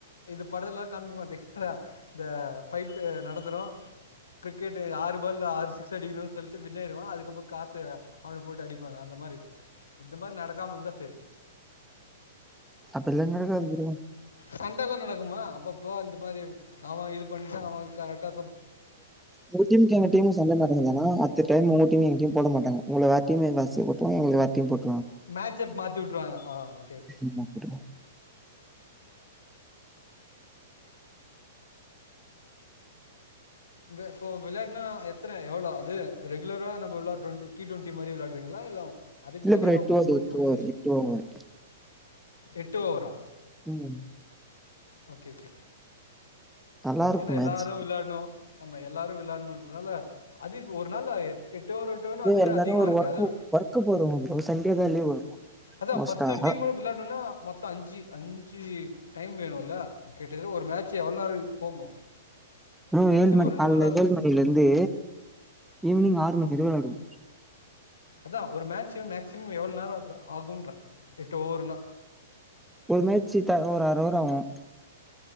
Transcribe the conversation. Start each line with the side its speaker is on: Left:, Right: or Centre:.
Left: இது படதுல்லா காமி பாத்தீஹ்லா இந்த ஃபைட்டு நடந்துறு கிரிக்கெட்டு ஆறு பால்ல ஆறு சிக்ஸ் அடிக்கணு சொல்ட்டு வின் ஆயிடுவா அதுக்கப்ப காசு அவன போட்டு அடிப்பாங்க அந்த மாரி இந்த மாரி நடக்காம இருந்தா சேரி
Centre: அப்பில்லா <unintelligible>
Left: சண்டலா நடக்குமா அப்பப்போ அந்த மாரி அவன் இது பண்ணிடா அவன் கரட்டா
Centre: உங்க டீம்க் எங்க டீம்க் சண்ட நடக்குதனா அட்த்த டைம் ஓ கிம் எங்கியு போட மாட்டாங்க உங்கள வேர் டீமு வஸி போட்ருவாங் எங்களுது வேர்டீம் போட்
Left: மேட்ச்சப் மாத்தி உட்ருவாங்க ஆ ஓகே ஓகே
Centre: ஆமா ப்ரோ.
Left: ப இப்போ வெளான்னா எத்தன எவ்ளோ அது ரெகுலரா நம்ம வெ வெளார டி ட்வென்ட்டி மாரி வெளா ரிங்களா இல்ல அதுக்கு
Centre: இல்ல
Left: தனியா
Centre: ப்ரோ
Left: உங்களுக்குன்
Centre: ஓவர்
Left: ரூல்ஸ்
Centre: ஓவர்
Left: வச்சு
Centre: ஓவர்.
Left: எட்டு ஓவரா
Centre: ம்
Left: ஓகே ஓகே
Centre: நல்லா இருக்கும்
Left: ஏன்னா எல்லாரு
Centre: மேட்ச்.
Left: விளாடனு ஆமா எல்லாரு விளானு னால அது ஒரு நாள்ள எ எட்டு ஓவர் எட்டு ஓவர்னு
Centre: ப்ரோ
Left: அதுவே
Centre: எல்லாரும்
Left: அதிகமா
Centre: ஒரு
Left: இருக்கு
Centre: ஒர்க்கு
Left: அது
Centre: ஒர்க்கு போறவங்க ப்ரோ. சண்டே தான் லீவ் வரும்
Left: அதா
Centre: மோஸ்ட்டா.
Left: பத்து டீமு விளாடுனுனா மொத்தோ அஞ்சு அஞ்சு டைம் வேணுல்ல கேட்டது ஒரு மேட்ச் எவ்வளோ நேரம் போகும்?
Centre: ப்ரோ
Left: மேக்ஸிமம்
Centre: ஏழு மணி காலைல
Left: நேரம்.
Centre: ஏழு மணில இருந்து ஈவினிங் ஆறு மணி வர விளாடுவோ
Left: அதா ஒரு மேட்சு மேக்சிமம் எவ்வளோ நே ஆகுன்றே எட்டு ஓவர்ன்னா
Centre: ஒரு மேச்சி த ஒரு ஆறு ஓவர் ஆவும்